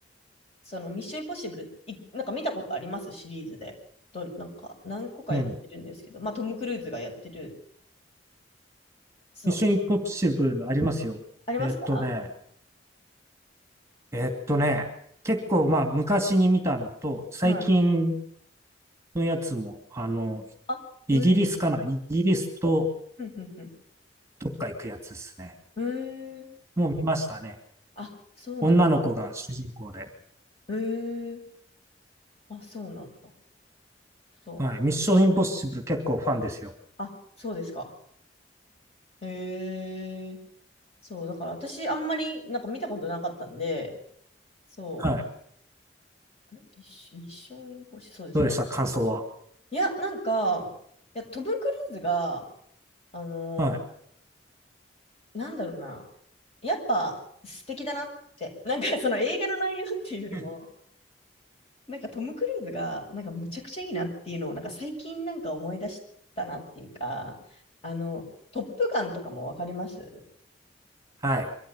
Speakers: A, on the left; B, on the right.
A: そのミッションインポッシブル、いなんか見たことありますシリーズで。ど、なんか何個かやってるんですけど、
B: うん。
A: まあトム・クルーズがやってる、そう、
B: ミッションインポッシブルありますよ。
A: ありますか
B: えっとね、えっとね、結構まあ昔に見たのと、最近
A: はい。
B: のやつも、あの、
A: あ、
B: イギリスかなイギリスと
A: へーふんふんふん
B: どっか行くやつですね。
A: へー
B: もう見ましたね。
A: あ、そうなんだ。
B: 女の子が主人公で。
A: へーあ、そうなんだ。そう。
B: はい。ミッションインポッシブル結構ファンですよ。
A: あ、そうですか。へーそう、だから私あんまりなんか見たことなかったんで、そう。
B: はい。
A: あれミッシミッションインポッシブル、そうですね。
B: どうでした感想は。
A: いや、なんか、いや、トム・クルーズが、あの
B: はい。
A: なんだろうな。やっぱ素敵だなって。なんかその映画の内容っていうよりも、
B: <laughs>
A: なんかトム・クルーズがなんかむちゃくちゃいいなっていうのをなんか最近なんか思い出したなっていうか、あの、トップガンとかもわかります
B: はい。